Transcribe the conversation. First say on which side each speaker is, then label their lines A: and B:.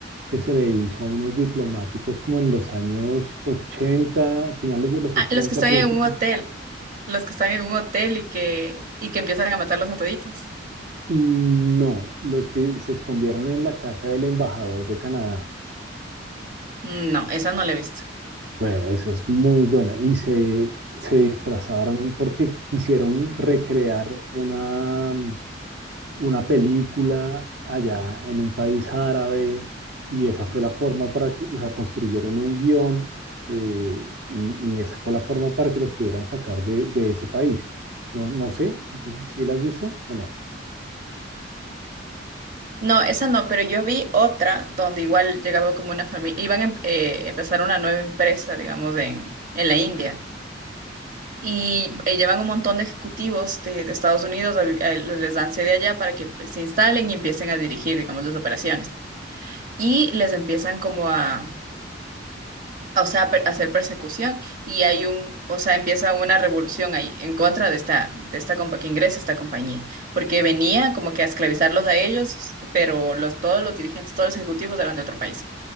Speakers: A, on the right; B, on the right.
A: que se le hizo a unos diplomáticos como en los años 80, finales de los
B: Ah,
A: 80.
B: los que están
A: principios.
B: en un hotel, los que están en un hotel y que, y que empiezan a matarlos a toditos.
A: No, los que se escondieron en la casa del embajador de Canadá.
B: Mm, No, esa no la he visto.
A: Bueno, esa es muy buena. Y se, se disfrazaron porque quisieron recrear una, una película allá en un país árabe y esa fue la forma para que, o sea, construyeron un guión eh, y, y esa fue la forma para que los pudieran sacar de, de ese país. No, no sé si si la has visto o no,
B: No, esa no, pero yo vi otra donde igual llegaba como una familia, iban a em- eh, empezar una nueva empresa, digamos, en, en la India. Y eh, llevan un montón de ejecutivos de, de Estados Unidos, a vi- a- les dan sede allá para que pues, se instalen y empiecen a dirigir, digamos, las operaciones. Y les empiezan como a, o sea, per- hacer persecución y hay un, o sea, empieza una revolución ahí en contra de esta, de esta compa que ingresa esta compañía, porque venía como que a esclavizarlos a ellos, pero los, todos los dirigentes, todos los ejecutivos eran de otro país.